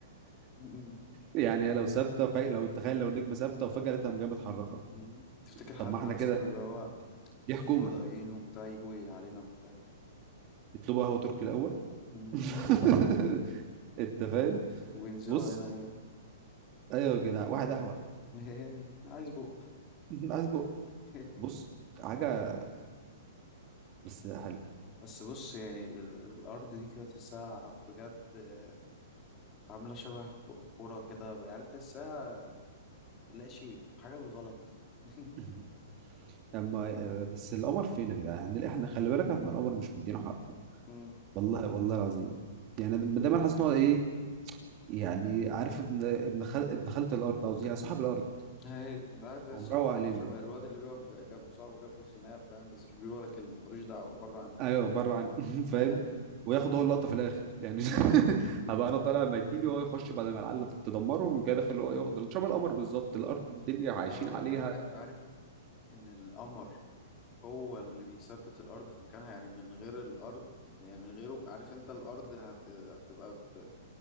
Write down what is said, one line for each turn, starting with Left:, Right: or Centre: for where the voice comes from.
Left: <laughs> مم.
Right: يعني هي لو ثابته فهي لو تخيل لو النجمه ثابته وفجاه لقيتها قام جايه متحركه
Left: مم. تفتكر حد
Right: طب ما احنا
Left: مثلا
Right: كده
Left: اللي هو
Right: دي حكومه
Left: في فضائيين وبتاع يجوا علينا وبتاع
Right: يطلبوا قهوه تركي الاول
Left: <laughs> مم.
Right: <laughs> انت فاهم
Left: وينزلوا
Right: بص
Left: علينا كده.
Right: ايوه يا جدع واحد قهوه
Left: <laughs> عايز بق
Right: <laughs> عايز بق
Left: <laughs>
Right: بص حاجه بس حلو
Left: بس بص يعني ال- الأرض دي كده تحسها بجد آه، عاملة شبه كو- كورة كده عارف تحسها هنلاقي شيء بحاجة بالغلط <laughs>
Right: <laughs> اما آه، بس القمر فين يا جدع هنلاقي احنا خلي بالك احنا القمر مش مدينه حقه
Left: مم.
Right: والله والله العظيم يعني ده ده ما انا حاسس ان هو ايه يعني عارف ابن ابن خال ابن خالة الارض قصدي، يعني صاحب الارض
Left: أيوة أنت عارف تحس
Right: هو مروق
Left: إن هو
Right: علينا
Left: عامل شبه الواد اللي بيقف ج- جنب صاحبه كده في الخناقة فاهم بس مش بيقول ولا كلمة ملوش دعوة بره عني
Right: ايوه بره عن <laughs>
Left: أيوة.
Right: فاهم وياخد هو اللقطه في الاخر يعني <laughs> هبقى انا طالع ميتيني وهو يخش بعد ما العيال تدمرهم ويجي داخل هو ياخد ال- شبه القمر بالظبط الارض الدنيا
Left: <laughs> طب
Right: عايشين
Left: طب أقول
Right: عليها
Left: لك على حاجة أنت عارف إن القمر هو اللي بيثبت الأرض في مكانها يعني من غير الأرض يعني من غيره عارف أنت الأرض هت... هتبقى ب...